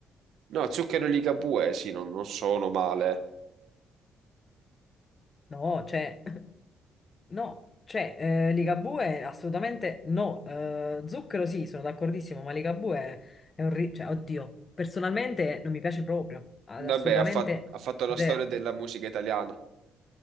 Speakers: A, on the right; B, on the left.
A: No, Zucchero e Ligabue, sì, non non sono male.
B: no, cioè, <laughs> no, cioè, eh, Ligabue assolutamente no. Eh, Zucchero sì, sono d'accordissimo, ma Ligabue è, è un... ri- Cioè, oddio, personalmente non mi piace proprio, ad-
A: Vabbè,
B: assolutamente
A: ha fat- ha fatto la
B: zero.
A: storia della musica italiana.